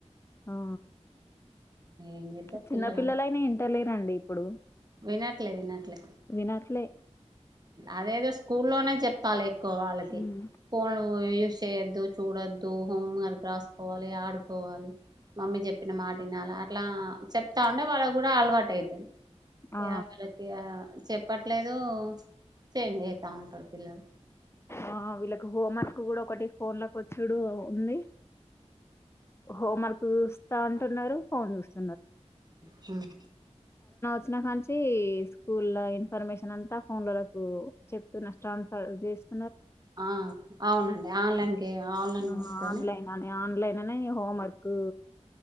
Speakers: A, on the left; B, on the right.
A: ఆ
B: ఏం చేద్దాం
A: చిన్న
B: పిల్లలంటే
A: పిల్లలైనా ఇంటలేరండి ఇప్పుడు
B: వినట్లే వినట్లే
A: వినట్లే
B: అదేదో స్కూల్లోనే చేప్తాలే. కో వాళ్ళకి
A: ఉమ్,
B: ఫోన్ క్కువ యూజ్ చేయ్యొద్దు చూడొద్దు హోమ్ వర్క్ రాసుకోవాలి ఆడుకోవాలి మమ్మీ చెప్పిన మాట వినాల అట్లా చెప్తా ఉంటే వాళ్ళ కూడా అలవాటు అయితది
A: ఆ
B: యా <unintelligible> చెప్పట్లేదు. చేంజ్ అయితా ఉంటరు పిల్లలు
A: ఆ హ వీళ్ళకి హోం వర్క్ కూడా ఒకటి ఫోన్ లోకి వచ్చుడు ఉంది హోం వర్క్ చూస్తా అంటున్నారు ఫోన్ చూస్త
B: హ్మ్
A: వచ్చిన కాంచి స్కూళ్ల ఇన్ఫర్మేషన్ అంతా ఫోన్ లల్లకు చెప్తూ ట్రాన్స్ఫర్ చేస్త్
B: ఆ అవునండి ఆన్లైన్ కి ఆన్లైన్
A: ఆ,
B: వర్క్
A: ఆన్లైన్
B: అని
A: ఆన్లైన్ అని హోమ్ వర్క్